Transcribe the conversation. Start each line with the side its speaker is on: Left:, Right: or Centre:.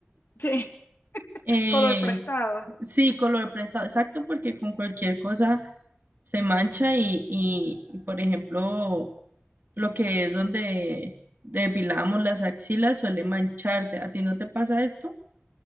Left: sí, <laughs>
Right: Eh,
Left: color prestado.
Right: sí, color prestado, exacto, porque con cualquier cosa se mancha y, y, y, por ejemplo, lo que es donde depilamos las axilas suele mancharse. ¿A ti no te pasa esto?